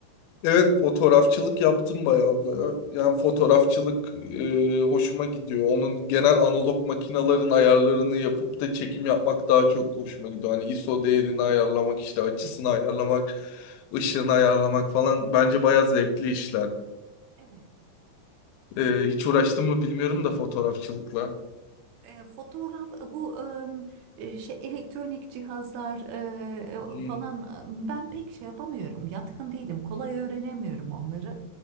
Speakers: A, on the left; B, on the right.
A: Evet fotoğrafçılık yaptım bayağı da. Yani fotoğrafçılık e, hoşuma gidiyor. Onun genel analog makinaların ayarlarını yapıp da çekim yapmak daha çok hoşuma gidiyor. Hani ISO değerini ayarlamak, işte açısını
B: Evet.
A: ayarlamak, ışığını
B: Aha,
A: ayarlamak falan bence bayağı zevkli işler.
B: evet.
A: E, hiç uğraştım mı bilmiyorum da fotoğrafçılıkla.
B: E, fotoğraf e, bu e, e, şey elektronik cihazlar e,
A: Hı,
B: e, falan e, ben pek şey yapamıyorum. Yatkın değilim. Kolay öğrenemiyorum onları.